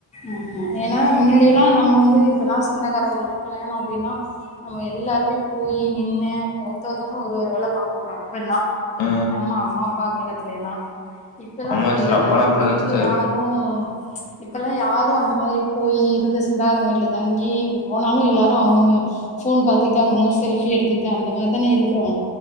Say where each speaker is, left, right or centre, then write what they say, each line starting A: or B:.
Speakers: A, on the left (about 15°); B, on the left (about 75°).
A: ஆமா ஏனா மின்னாடி எல்லா நம்ம வந்து இப்பல்லா சொந்தக்காரவங்கள்து கல்யாணோ அப்டின்னா நம்ம எல்லாருமே போயி நின்னு ஒருத்தருத்தவங்களு ஒரு ஒரு வேலபாப் அவ்ங்க அப்பெல்லா
B: ஆ
A: நம்ம அம்மா அப்பா காலத்துலெல்லா இப்பல்லா
B: ஆமா
A: அப்டி
B: சிஸ்டர்
A: இல்லல்ல
B: அப்பல்லா
A: ஒரு
B: அப்டிதா
A: வீட்டுக்கு யார்
B: <inaudible>
A: ப்ச் இப்பல்லா யாரு அந்த மாதிரி போயி இருந்து சொந்தகாரங்க வீட்டுல தங்கி போனாலு எல்லாரு அவங்கவுங்க போன் பாத்துகுட்டு அவுங்கவுங்க செல்பி எடுத்துகுட்டு அந்த மாரிதான இருக்கறோ